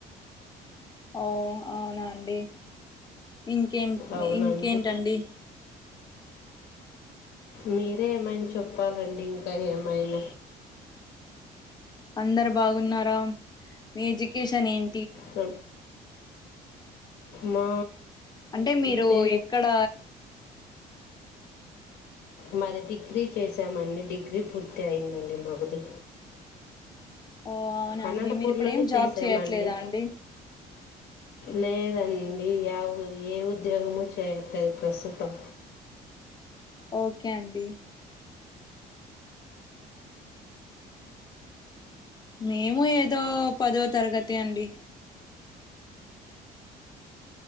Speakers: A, on the left; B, on the left.
A: ఓ అవునా అండి ఇంకే
B: అవునండి
A: ఇంకేంటండి
B: మీరే ఏమైనా చెప్పాలండి ఇంకా ఏమైన
A: అందరు బాగున్నారా మీ ఎడ్యుకేషన్ ఏం
B: అ మా
A: అంటే మీరు
B: తే
A: ఎక్కడ
B: మాది డిగ్రీ చేశామండి డిగ్రీ పూర్తి అయిందండి మబుధి
A: ఓ అవునా
B: అనంతపూర్లోనే
A: అండి మీరు ఇప్పుడు ఏం జాబ్
B: చేశామండి
A: చేయట్లేదా అండి
B: లేదండి య ఏ ఉద్యోగమూ చేయట్లేదు ప్రస్తుతం
A: ఓకే అండి మేము ఏదో పదో తరగతి అండి